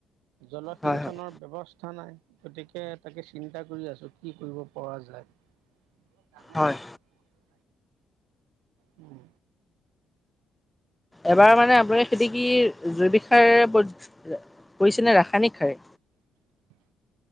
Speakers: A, on the right; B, in the centre.
A: জলসিঞ্চনৰ
B: হয় হয়
A: ব্যৱস্থা কথা নাই গতিকে তাকে চিন্তা কৰি আছোঁ কি কৰিব পৰা যায় কঙৰ
B: হয়
A: <unintelligible> <inaudible> উম
B: এবাৰ মানে আপোনাৰ খেতি কি জৈৱিক সাৰে কৰিছেনে ৰাসায়নিক সাৰ
A: <unintelligible>